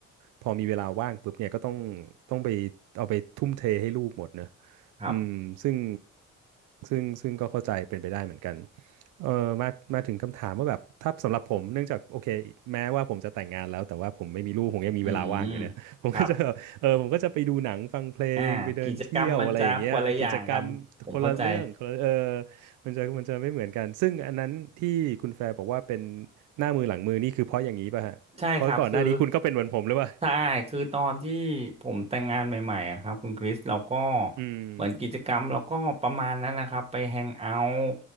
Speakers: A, on the right (about 80°); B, on the right (about 20°).
A: พอมีเวลาว่างปุ๊บเนี่ยก็ต้องต้องไปเอาไปทุ่มเทให้ลูกหมดเนอะ
B: ครับ
A: อืมซึ่งซึ่งซึ่งก็เข้าใจเป็นไปได้เหมือนกันเออมามาถึงคำถามว่าแบบถ้าสำหรับผมเนื่องจากโอเคแม้ว่าผมจะแต่งงานแล้วแต่ว่าผมไม่มีลูกผมยังมีเวลาว่างอยู่เนี่ย
B: อืม
A: <laughs> ผมก็จะเออผมก็จะไปดูหนังฟังเพลงไปเดินเที่ยวอะไรอย่างเงี้ยกิจกรรมคนละเรื่องคนละเออ
B: ครับอ่ากิจกรรมมันจะคนละอย่างกันผมเข้าใจ
A: มันจะมันจะไม่เหมือนกันซึ่งอันนั้นที่คุณแฟร์บอกว่าเป็นหน้ามือหลังมือนี่คือเพราะอย่างนี้ป่ะฮะเพราะก่อนหน้านี้คุณก็เป็นเหมือนผมหรือเปล่า
B: ใช่ครับคือใช่คือตอนที่ผมแต่งงานใหม่ๆอะครับคุณคริสเราก็
A: อืม
B: เหมือนกิจกรรมเราก็ประมาณนั้นนะครับไปแฮงเอาท์